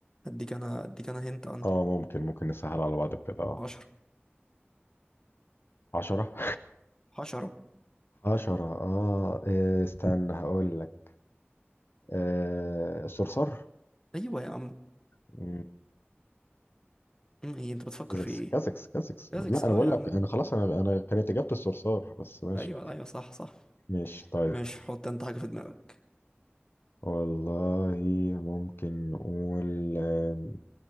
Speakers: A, on the left (about 15°); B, on the left (about 65°).
A: اديك انا اديك انا هنت عنه
B: اه ممكن ممكن نسهل على بعض كده اه
A: عشرة
B: عشرة <laughs>
A: عشرة
B: عشرة اه إيه، استنى هقول لك آه الصرصار
A: ايوه يا عم
B: مم،
A: مم، ايه انت بتفكر
B: كازكس
A: في ايه
B: كازكس كازكس
A: كازكس
B: لا انا
A: اه
B: بقول
A: يا عم
B: لك انا خلاص انا انا كانت اجابة الصرصار بس ماشي
A: ايوه ايوه صح صح
B: ماشي طيب
A: ماشي حط انت حاجة في دماغك
B: والله ممكن نقول آم،